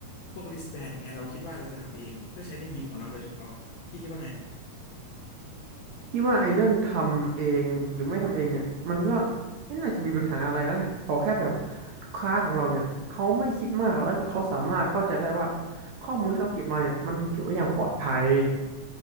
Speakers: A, on the left; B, on the right.
A: พวก wristband อย่างเงี้ยเราคิดว่าเราจะทำเองเพื่อใช้ในยิมของเราโดยเฉพาะพี่คิดว่าไง
B: พี่ว่าไอ้เรื่องทำเองหรือไม่ทำเองเนี่ยมันก็ไม่น่าจะมีปัญหาอะไรนะขอแค่แบบลูกค้าของเราเนี่ยเขาไม่คิดมากแล้วก็เขาสามารถเข้าใจได้ว่าข้อมูลที่เราเก็บมาเนี่ยมันถูกเก็บไว้อย่างปลอดภัย